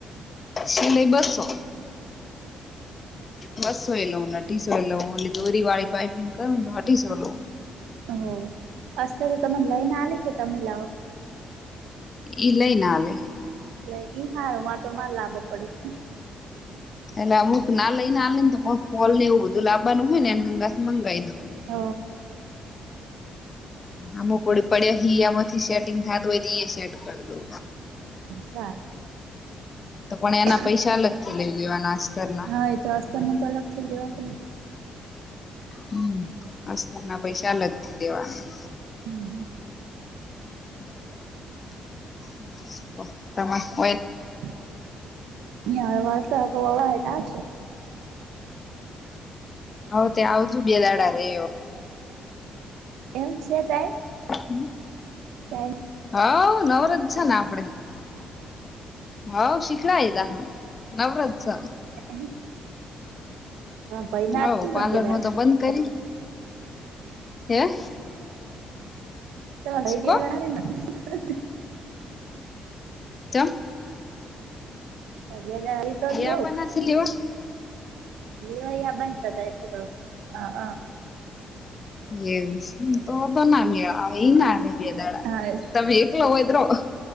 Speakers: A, on the left (about 35°); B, on the right (about 85°).
A: સિલે <unintelligible> બસો. બસો એ લઉને અઢીસો લ દોરી વાળી પાપિંગ કરું તો અઢીસો લઉ.
B: હ અસ્ત તો તો મલાય ના લ કેતા મિલાવ.
A: એ લઈ નાલે
B: એ લ ઈ હાર માર તો મારે લાભો પડી
A: એને અમુક ના લઈ ને આને તો ફોલ ને એવું બધું લાવવાનું હોય ને એને હંગાસ મંગાવી દઉ.
B: હ
A: આમુકડી પડ્યો હીયામાંથી સેટિંગ થા દો હોય સેટ કરી દઉ
B: સાાર
A: તો પણ એના
B: <inaudible>
A: પૈસા અલગથી લઈ લેવાના અસ્તરના
B: હા એ તો આસ્તર ન તો અલગથી લેવા પડે <unintelligible>
A: હં અસ્તર ના પૈસા અલગથી દેવાના.
B: હમ હ
A: <unintelligible> <unintelligible> તમા
B: <unintelligible> વાર્તા વાવા <unintelligible> <unintelligible> ના છે
A: હવે ત આવજું બે દાડા રે
B: એમ છે ટાઈપ
A: હમ
B: થેક
A: હવ નવરત છે ને આપડે
B: <unintelligible>
A: હવ શીખડા <unintelligible> હહં નવરાત છ.
B: તમે ભાઈ ના
A: હવ
B: તમારા
A: પાલન હોતો બંધ કરી હે!
B: તમે
A: શું કો
B: <unintelligible>
A: ચમ!
B: તબિયત આવી તો નવ
A: યાબનાસીલેવા
B: લીવાૈયા બન્ટ્ર હતા એટલેતો અ અ
A: <unintelligible> તો બ ના મેળ આ એના ગેદાડા
B: હા
A: તમે એકલો હોઇડ્રો